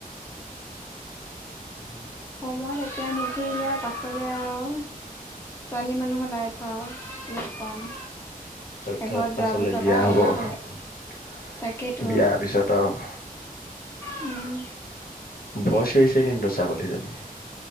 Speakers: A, on the left; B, on the left.
A: <unintelligible>
B: মই এতিয়া নুঘূৰিলে আৰু পাছলৈ আৰু ছোৱালী মানুহৰ লাইফওঁ কি' কম।
A: তাৰপিছত
B: ঘৰত যোৱাৰ
A: পাছলে
B: পাছত
A: বিয়া
B: আৰু
A: হব।
B: ওলাব
A: বিয়াৰ
B: নোৱাৰি তাকেইতো
A: পিছত আৰু-
B: উম।
A: বৰ চিয়ঁৰিছে কিন্তু ছাগলী জনিয়ে।